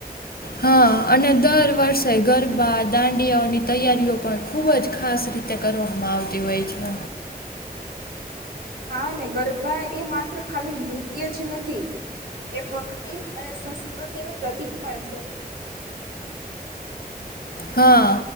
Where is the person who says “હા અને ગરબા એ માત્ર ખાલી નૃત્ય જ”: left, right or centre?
Right